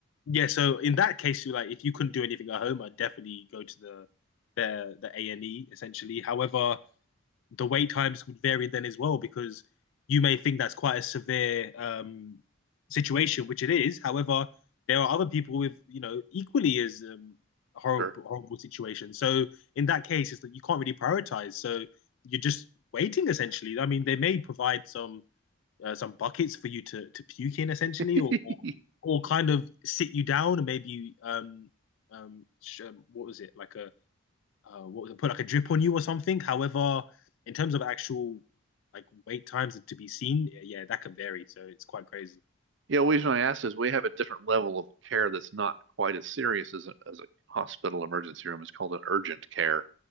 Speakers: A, on the left; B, on the right.
A: Yeah. So in that case, you like if you couldn't do anything at home, I'd definitely go to the the the A and E essentially. However, the wait times would vary then as well because you may think that's quite a severe um, situation, which it is. However, there are other people with you know equally as um, horrible
B: Sure.
A: horrible situations. So in that case, it's that you can't really prioritize. So you're just waiting essentially. I mean, they may provide some uh, some buckets for you to to puke in essentially,
B: <laughs>
A: or or, or kind of sit you down and maybe um um sh- um, what was it like a uh, what was it, put like a drip on you or something. However, in terms of actual like wait times to be seen, yeah, yeah, that can vary. So it's quite crazy.
B: Yeah, the reason I asked is we have a different level of care that's not quite as serious as a, as a hospital emergency room. It's called an urgent care.